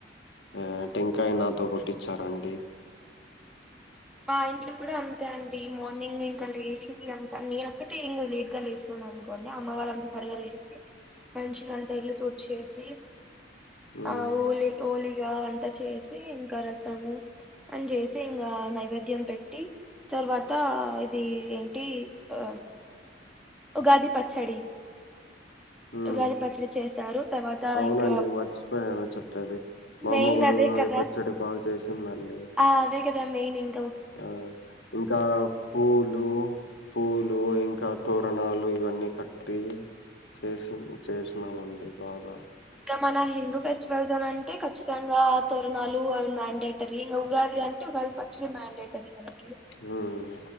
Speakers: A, on the left; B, in the centre.
A: ఆ టెంకాయ నాతో కొట్టించారండి.
B: మా ఇంట్లో కూడా అంతే అండి మార్నింగ్ ఇంకా లేచి అంత నేన్ ఒక్కటే ఇంకా లేట్ గా లేస్ ను అనుకోండి అమ్మవాళ్ళు అంత త్వరగా లేసి మంచిగా అంత ఇల్లు తుడిచేసి జి
A: ఉమ్
B: <inaudible> ఆ హోలి హోలిగా అంత్ అంత చేసి ఇంకా రసాము అని చేసి అంతే ఇంగా నైవేద్యం పెట్టి తర్వాత ఇది ఏంటి ఆ ఉగాది పచ్చడి
A: హ్మ్
B: ఉగాది పచ్చడి చేశారు తర్వాత
A: అవునండి
B: ఇంకా
A: మర్చిపోయాను చెప్పేది మా
B: మెయిన్
A: అమ్మ కూడా
B: అదే
A: ఉగాది
B: కదా
A: పచ్చడి బాగా చేస్తుంది అండి
B: ఆ అదే కదా మెయిన్ ఇన్
A: ఆ ఇంకా పూలు పూలు ఇంకా తో ప్రణాలు ఇవన్నీ కట్టి చేసిన్ చేసిన్నామండి బాగా
B: ఇంకా మన హిందూ ఫెస్టివల్ ఇస్తానంటే అంటే కచ్చితంగా తోరిన్ నాలు అవిన్ మ్యాన్ డెటరి ఉగాది అం ఉగాది పచ్చడి మాండేటరి అని
A: హ్మ్